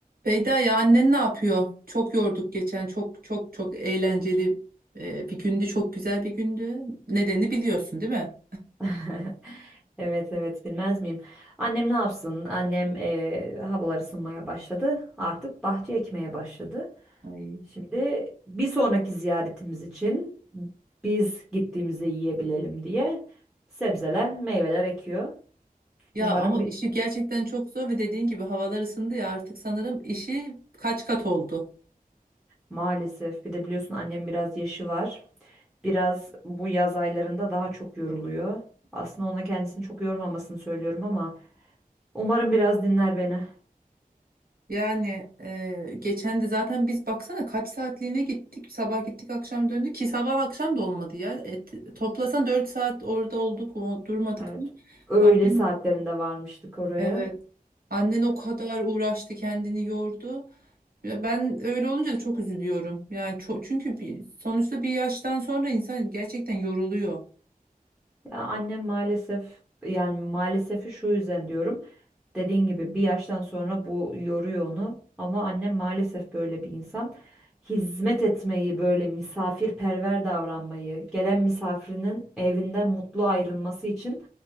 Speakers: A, on the right; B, in the centre.
A: Beyda ya annen ne yapıyor? Çok yorduk geçen. Çok çok çok eğlenceli e, bir gündü. Çok güzel bir gündü. Nedeni biliyorsun değil mi?
B: <laughs> Evet evet bilmez miyim? Annem ne yapsın? Annem eee havalar ısınmaya başladı. Artık bahçe ekmeye başladı.
A: Ay.
B: Şimdi bir sonraki ziyaretimiz için biz gittiğimizde yiyebilelim diye sebzeler, meyveler ekiyor.
A: Ya
B: Umarım
A: ama
B: bir
A: işi gerçekten çok zor ve dediğin gibi havalar ısındı ya artık sanırım işi kaç kat oldu.
B: maalesef bir de biliyorsun annem biraz yaşı var. Biraz bu yaz aylarında daha çok yoruluyor. Aslında ona kendisini çok yormamasını söylüyorum ama umarım biraz dinler beni.
A: Yani e, geçen de zaten biz baksana kaç saatliğine gittik. Sabah gittik akşam döndük ki sabah akşam da olmadı ya. Et, toplasan 4 saat orada olduk mu durmadık
B: Evet.
A: mı?
B: Öğle
A: Annen
B: saatlerinde varmıştık oraya.
A: evet. Annen o kadar uğraştı kendini yordu. Ya ben öyle olunca da çok üzülüyorum. Yani ço- çünkü bir, sonuçta bir yaştan sonra insan gerçekten yoruluyor.
B: Ya annem maalesef yani maalesef şu yüzden diyorum. Dediğin gibi bir yaştan sonra bu yoruyor onu. Ama annem maalesef böyle bir insan. Hizmet etmeyi, böyle misafirperver davranmayı, gelen misafirinin evinden mutlu ayrılması için